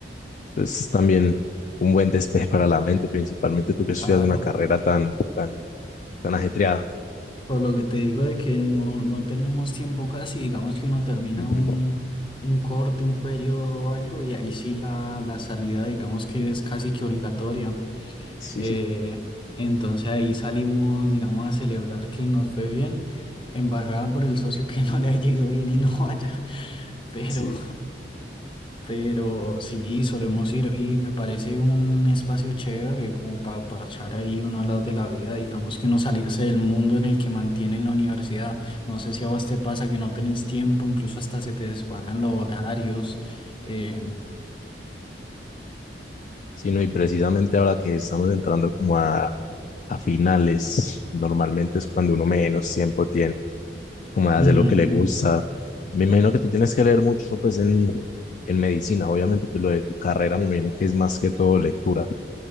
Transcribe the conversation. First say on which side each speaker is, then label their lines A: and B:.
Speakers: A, on the left (about 45°); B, on the left (about 30°).
A: Pues también un buen despeje para la mente, principalmente tú que
B: Claro,
A: estudias una carrera tan, tan, tan ajetreada.
B: por lo que te digo de que no, no tenemos tiempo casi, digamos que uno termina
A: Ujú.
B: un, un corte, un periodo o algo, y ahí sí la, la salida, digamos que es casi que obligatoria.
A: Sí,
B: Eh,
A: sí,
B: entonces ahí salimos, digamos, a celebrar que nos fue bien, embarrada por el socio que <laughs> no le haya ido bien y no vaya, <laughs> pero,
A: sí.
B: Pero sí, solemos ir y me parece un espacio chévere como para parchar ahí uno hablar de la vida, digamos que uno salirse del mundo en el que mantienen la universidad. No sé si a vos te pasa que no tenés tiempo, incluso hasta se te desfagan los horarios. eh,
A: Sí, no, y precisamente ahora que estamos entrando como a, a finales, normalmente es cuando uno menos tiempo tiene. como de
B: ujú.
A: hacer lo que le gusta. Me imagino que tú tienes que leer mucho, pues, en, en medicina, obviamente, pero lo de tu carrera, me imagino que es más que todo lectura.